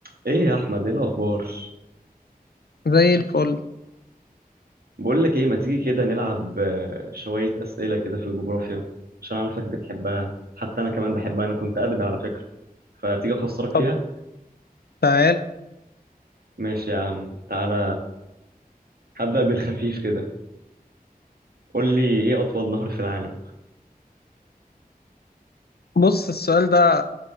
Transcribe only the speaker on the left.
زي الفل
طب تعال
بص السؤال ده